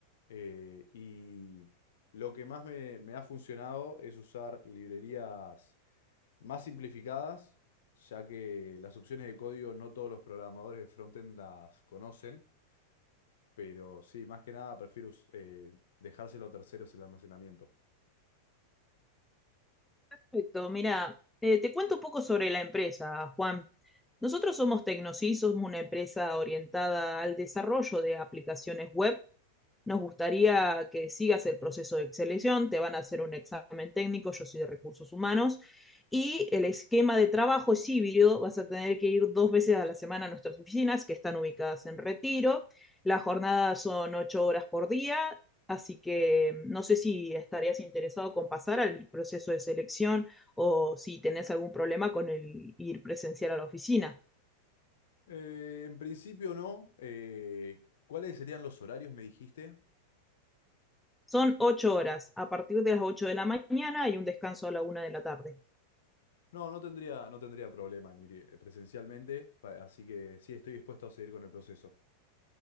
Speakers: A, on the left; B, in the centre.
A: eh, y lo que más me, me ha funcionado es usar librerías más simplificadas, ya que las opciones de código no todos los programadores de frontend las conocen, pero sí, más que nada prefiero us- eh, dejárselo a terceros el almacenamiento.
B: Perfecto, mira, eh, te cuento un poco sobre la empresa, Juan. Nosotros somos Tecnosys, somos una empresa orientada al desarrollo de aplicaciones web nos gustaría que sigas el proceso de selección, te van a hacer un examen técnico, yo soy de recursos humanos, y el esquema de trabajo es híbrido, vas a tener que ir dos veces a la semana a nuestras oficinas que están ubicadas en retiro, las jornadas son ocho horas por día, así que no sé si estarías interesado con pasar al proceso de selección o si tenés algún problema con el ir presencial a la oficina.
A: Eh, en principio no. eh, ¿cuáles serían los horarios, me dijiste?
B: Son ocho horas, a partir de las ocho de la mañana y un descanso a la una de la tarde.
A: No, no tendría, no tendría problema en ir eh, presencialmente, pa- así que sí, estoy dispuesto a seguir con el proceso.